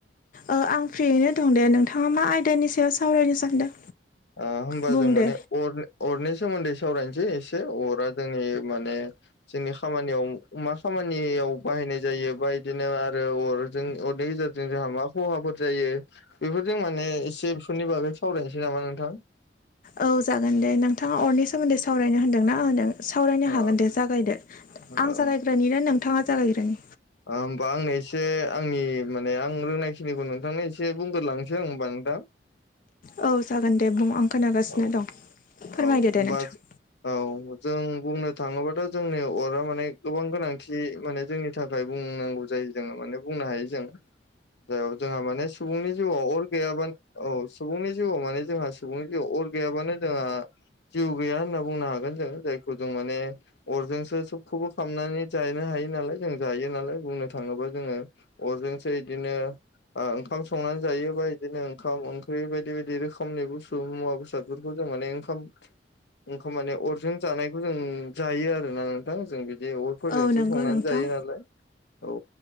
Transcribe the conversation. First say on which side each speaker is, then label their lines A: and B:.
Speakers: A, on the left (about 50°); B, on the left (about 70°).
A: ओ आं फ्रियैनो दं दे नोंथांआ मा आयदानि सायाव सावरायनो सानदों
B: ओ होमबा
A: बुं
B: जों माने
A: दे
B: अर अरनि सोमोन्दै सावरायनोसै एसे अरा जोंनि माने जोंनि खामानिआव मा खामानिआव बाहायनाय जायो बा बिदिनो आरो अरजों अरनि गेजेरजों जों जोंहा मा खहाफोर जायो बेफोरजों माने एसे बेफोरनि बागै सावरायसै नामा नोंथां
A: औ जागोन दे नोंथांआ अरनि सोमोन्दै सावरायनो होन्दों ना होनदों सावरायनो
B: ओ
A: हागोन दे जागायदो
B: ओ
A: आं जागायग्रोनि ना नोंथांआ जागायग्रोनि
B: ओ होमबा आंनो एसे आंनि माने आं रोंनायखिनिखौ नोंथांनो एसे बुंगोरोलांनोसै आं होमबा नोंथां
A: औ जागोन दे बुं आं खोनागासिनो
B: औ
A: दं फोरमायदो
B: औ होमबा
A: दे नोंथां
B: औ जों बुंनो थाङोबाथ' जोंनि अरा माने गोबां गोनांथि माने जोंनि थाखाय बुंनांगौ जायो जोङो माने बुंनो हायो जों औ जोंहा माने सुबुंनि जिउआव अर गैयाबानो औ सुबुंनि जिउआव माने जोंहा सुबुंनि जिउआव अर गैयाबानो जोंहा जिउ गैया होनना बुंनो हागोन जों जायखौ जों माने अरजोंसो सबखौबो खालामनानै जायानो हायो नालाय जों जायो नालाय बुंनो थाङोबा जोङो अरजोंसो इदिनो ओ ओंखाम संनानै जायोबा इदिनो ओंखाम ओंख्रि बायदि बायदि रोखोमनि बुस थु मुवा बेसादफोरखौ जों माने ओंखाम ओंखाम माने अरजों जानायखौ जों जायो आरोना नोंथां जों बिदि अर फोरजोंसो
A: औ नंगौ
B: संनानै
A: नोंथां
B: जायो नालाय औ